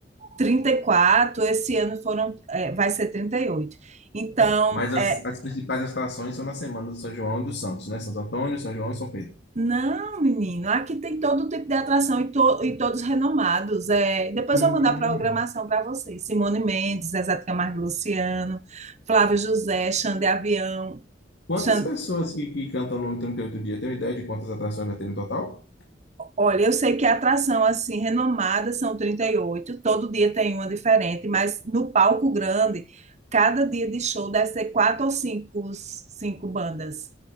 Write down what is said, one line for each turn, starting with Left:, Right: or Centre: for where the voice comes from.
Right: trinta e quatro esse ano foram, é, vai ser trinta e oito Então,
Left: Mas as,
Right: é,
Left: as principais atrações são na semana do São João e do Santos, né? Santo Antônio, São João e São Pedro.
Right: Não, menino, aqui tem todo tipo de atração e, to- e todos renomados. É, depois
Left: Hum.
Right: eu vou mandar a programação para vocês. Simone Mendes, Zezé de Camargo e Luciano, Flávio José, Xande Avião.
Left: Quantas
Right: Xan-
Left: pessoas que, que cantam no 38 dia? Tem uma ideia de quantas atrações vai ter no total?
Right: Olha, eu sei que a atração assim renomada são 38. todo dia tem uma diferente, mas no palco grande, cada dia de show deve ser quatro ou cinco, cinco bandas.